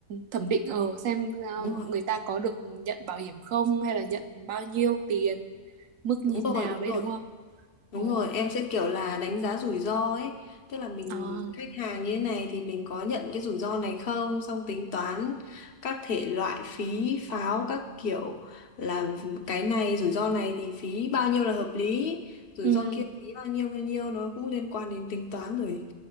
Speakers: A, on the right; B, on the left.
A: thẩm định ở xem uh,
B: đúng rồi
A: người ta có được nhận bảo hiểm không hay là nhận bao nhiêu tiền mức như
B: đúng rồi
A: thế nào
B: đúng
A: đấy
B: rồi
A: đúng không
B: đúng
A: ồ
B: rồi em sẽ kiểu là đánh giá rủi ro ấy tức là mình
A: à
B: khách hàng như thế này thì mình có nhận cái rủi ro này không xong tính toán các thể loại phí pháo các kiểu là cái này rủi ro này thì phí bao nhiêu là hợp lý rủi
A: ừ
B: ro kia phí bao nhiêu bao nhiêu nó cũng liên quan đến tính toán rồi